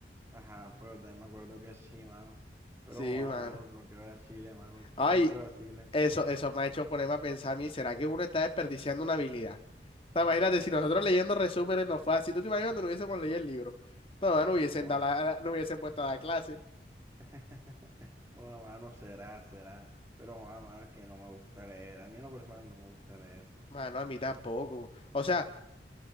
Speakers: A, on the right; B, on the left.
A: Ajá, pero también me acuerdo que sí, mano. Pero,
B: Sí,
A: joder,
B: mano.
A: mano, tronque vacile, mano,
B: Ay,
A: tronque vacile,
B: eso, eso me ha hecho ponerme a pensar a mí, ¿será que uno está desperdiciando una habilidad? O sea, imagínate, si nosotros leyendo resúmenes no fue así, ¿tú te imaginas cuando no hubiésemos leído el libro? No, no hubiesen
A: jodas.
B: dado la- la- no hubiesen puesto a dar clase.
A: <laughs> Bueno, mano, será, será. Pero, bueno, mano, es que no me gusta leer. A mí en lo personal no me gusta leer, pues.
B: Mano, a mí tampoco. O sea.